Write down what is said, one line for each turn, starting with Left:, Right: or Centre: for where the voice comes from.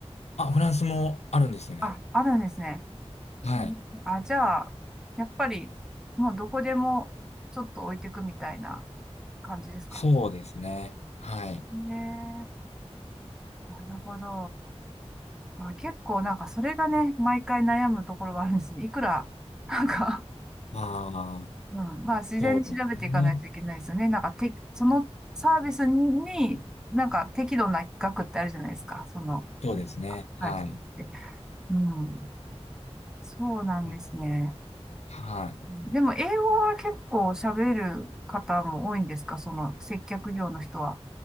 Left: あ、フランスもあるんですよね。
Centre: あ、あるんですね。
Left: はい。
Centre: うんあ、じゃあ、やっぱり、もうどこでもちょっと置いてくみたいな感じですか
Left: そうですね。はい。
Centre: ねえ、なるほど。まあ、結構なんかそれがね、毎回悩むところがあるんですね。いくら、なんか
Left: まあ、
Centre: うん、まあ、自然に調べていかないといけないですよね。
Left: そうですね。
Centre: なんか、て、そのサービスに、なんか適度な額ってあるじゃないですか。その、
Left: そうですね。
Centre: ああるって。
Left: はい。
Centre: うん。そうなんですね。
Left: うんはい。
Centre: でも、英語は結構喋れる方も多いんですかその、接客業の人は。